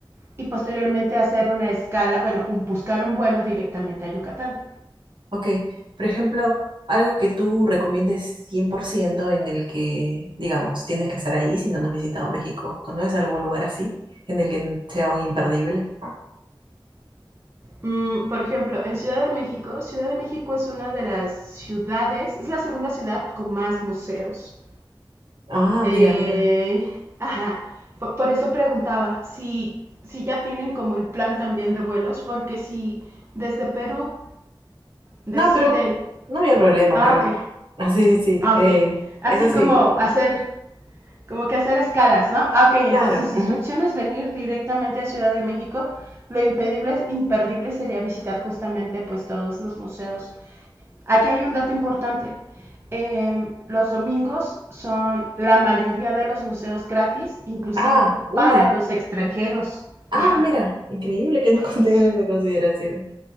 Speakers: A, on the right; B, on the right.
A: y posteriormente hacer una escala, bueno, un, buscar un vuelo directamente a Yucatán.
B: Ok, por ejemplo, algo que tú recomiendes 100% en el que, digamos, tienes que estar ahí si no nos has visitado México. ¿Conoces algún lugar así en el que sea un imperdible?
A: Mm, por ejemplo, en Ciudad de México, Ciudad de México es una de las ciudades, es la segunda ciudad con más museos
B: Ah,
A: Eh,
B: mira, mira.
A: ajá, por, por eso preguntaba si, si ya tienen como el plan también de vuelos, porque si desde Perú deciden,
B: No, pero no había problema,
A: ah,
B: creo.
A: ok,
B: Ah, sí, sí, sí.
A: ah, ok,
B: Eh,
A: así
B: eso sí,
A: como hacer, como que hacer escalas, ¿no? Ah, ok, entonces
B: claro.
A: si
B: ujú.
A: su opción es venir directamente a Ciudad de México, lo impedible, imperdible sería visitar justamente pues todos los museos Aquí hay un dato importante. Eh, los domingos son la mayoría de los museos gratis, inclusive
B: Ah, uy.
A: para los extranjeros.
B: Ah,
A: Ajá.
B: mira, increíble que no <laughs> contengan
A: Sí,
B: esa consideración.